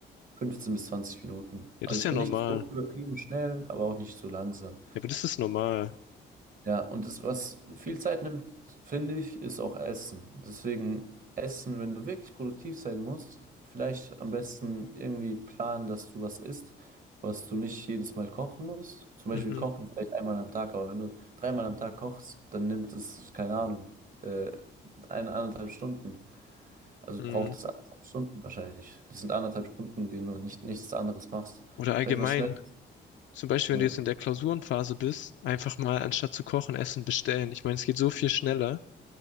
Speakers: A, on the right (about 45°); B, on the left (about 70°).
A: 15 bis 20 Minuten.
B: Ja,
A: Also
B: das ist
A: ich
B: ja
A: bin
B: normal.
A: nicht so übertrieben schnell, aber auch nicht so langsam.
B: Ja, aber das ist normal.
A: Ja, und das, was viel Zeit nimmt, finde ich, ist auch Essen. Deswegen Essen, wenn du wirklich produktiv sein musst, vielleicht am besten irgendwie planen, dass du was isst, was du nicht jedes Mal kochen musst. Zum Beispiel
B: Mhm,
A: kochen vielleicht einmal am Tag, aber wenn du dreimal am Tag kochst, dann nimmt es, keine Ahnung, äh, eine, anderthalb Stunden. Also
B: mhm.
A: braucht es anderthalb Stunden wahrscheinlich. Das sind anderthalb Stunden, denen du nicht, nichts anderes machst.
B: Oder allgemein,
A: Vielleicht was schnell.
B: zum Beispiel,
A: Ja,
B: wenn du jetzt in der Klausurenphase bist, einfach mal anstatt zu kochen, Essen bestellen. Ich meine, es geht so viel schneller.